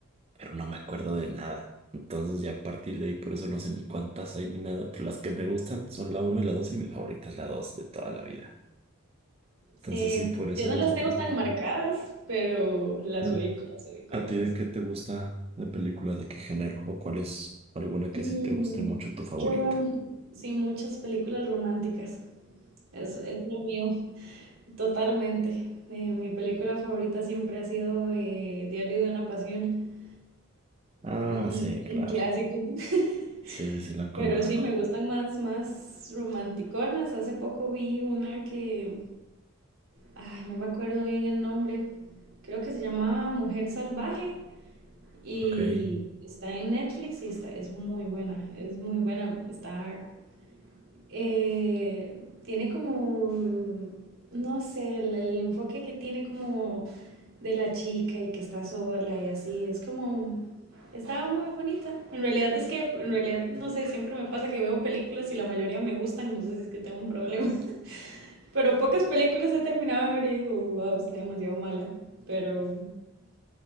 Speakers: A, on the right; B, on the right.
A: pero no me acuerdo de nada. Entonces ya a partir de ahí, por eso no sé ni cuántas hay ni nada, pero las que me gustan son la uno y la 2 y mi favorita es la 2 de toda la vida.
B: Sí,
A: Entonces sí, por eso
B: yo no
A: las
B: las
A: otras
B: tengo tan
A: no.
B: marcadas, pero las
A: No.
B: ubico, las ubico,
A: ¿A
B: digamos.
A: ti de qué te gusta de película? ¿De qué género? ¿O cuál es alguna
B: Mm,
A: que sí te guste mucho tu favorita?
B: yo veo, m- sí, muchas películas románticas. Es, es lo mío, totalmente. Eh, mi película favorita siempre ha sido eh, Diario de una Pasión,
A: Ah,
B: un, un-
A: sí, claro.
B: un clásico. <laughs>
A: Sí, sí, sí, la conozco.
B: Pero sí, me gustan más, más romanticonas. Hace poco vi una que, ay, no me acuerdo bien el nombre. Creo que se llamaba Mujer Salvaje y
A: Ok.
B: está en Netflix y está, es muy buena, es muy buena. Está eh, tiene como, no sé, el, el enfoque que tiene como de la chica y que está sola y así, es como, estaba muy bonita. En realidad es que, en realidad, no sé, siempre me pasa que veo películas y la mayoría me gustan, no sé si es que tengo un problema, <laughs> pero pocas películas he terminado de ver y digo, wow, está demasiado mala, pero